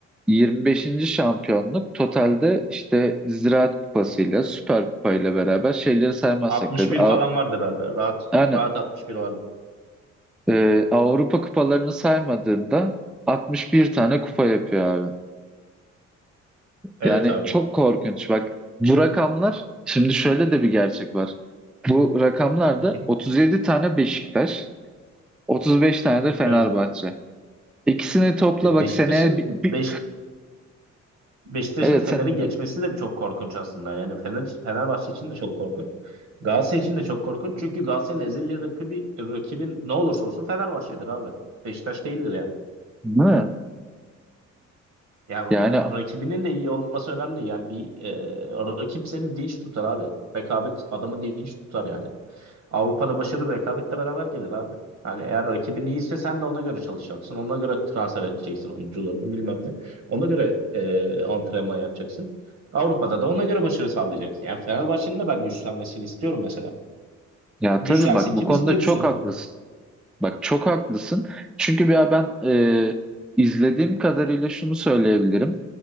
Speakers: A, in the centre; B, on the right (about 65°).
A: 25. şampiyonluk totalde işte Ziraat Kupası'yla Süper Kupa'yla beraber şeyleri saymazsak
B: 61
A: tabii. Av-
B: falan vardır abi. Rahat.
A: Aynen.
B: Rahat 61 vardı.
A: Ee, Avrupa kupalarını saymadığında 61 tane kupa yapıyor abi.
B: Evet
A: Yani
B: abi.
A: çok korkunç. Bak bu rakamlar şimdi şöyle de bir gerçek var. Bu rakamlarda
B: Hı hı.
A: 37 tane Beşiktaş, 35 tane de Fenerbahçe.
B: Evet abi.
A: İkisini topla
B: E,
A: bak
B: Beşiktaş'ın
A: seneye bir,
B: Beş,
A: bir-
B: Beşiktaş'ın
A: evet
B: Fener'e
A: sen
B: geçmesi
A: de
B: de çok korkunç aslında. Yani Fener, Fenerbahçe için de çok korkunç. Galatasaray için de çok korkunç. Çünkü Galatasaray'ın ezeli rakibi, rakibin ne olursa olsun Fenerbahçe'dir abi. Beşiktaş değildir yani.
A: değil mi?
B: Yani
A: Yani
B: rakibinin de iyi olması önemli değil. Yani bir e, rakip seni dinç tutar abi. Rekabet adamı dinç tutar yani. Avrupa'da başarı rekabetle beraber gelir abi. Yani eğer rakibin iyiyse sen de ona göre çalışacaksın. Ona göre transfer edeceksin oyuncularını bilmem ne. Ona göre e, antrenman yapacaksın. Avrupa'da da ona göre başarı sağlayacaksın. Yani Fenerbahçe'nin de ben güçlenmesini istiyorum mesela.
A: ya
B: Güçlensin
A: tabii bak bu
B: ki
A: konuda
B: biz de güçlenelim.
A: çok haklısın. Bak çok haklısın. Çünkü bir ben e, izlediğim kadarıyla şunu söyleyebilirim.